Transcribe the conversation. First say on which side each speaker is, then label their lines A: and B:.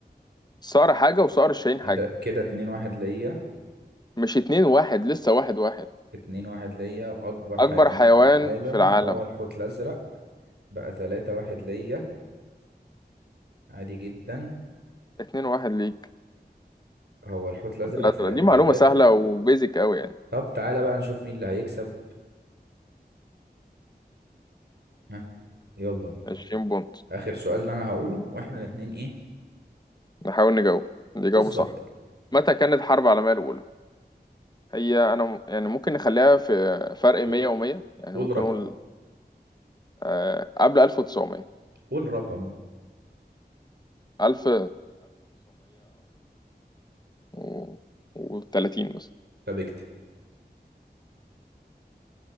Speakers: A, on the left (about 25°); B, on the right (about 80°).
A: الصقر حاجة وصقر الشاهين
B: كده
A: حاجة
B: كده 2 1 ليا
A: مش اتنين واحد لسه واحد واحد
B: 2 1 ليا واكبر
A: أكبر
B: حيوان
A: حيوان
B: في العالم
A: في العالم
B: هو الحوت الازرق بقى 3 1 ليا عادي جدا
A: اتنين واحد ليك
B: هو الحوت الازرق
A: الأزرق
B: في
A: دي معلومة
B: 3
A: سهلة وبيزك أوي يعني
B: طب تعالى بقى نشوف مين اللي هيكسب ها يلا بينا
A: 20 بونت
B: اخر سؤال ده انا هقوله واحنا الاثنين ايه
A: نحاول نجاوب اللي يجاوبه
B: بالظبط
A: صح
B: كده
A: متى كانت الحرب العالمية الأولى؟ هي أنا م- يعني ممكن نخليها في فرق
B: قو-
A: 100 و100 يعني
B: قول
A: ممكن
B: رقم
A: نقول آه، قبل 1900
B: قول رقم
A: 1000 1930 مثلا
B: طب اكتب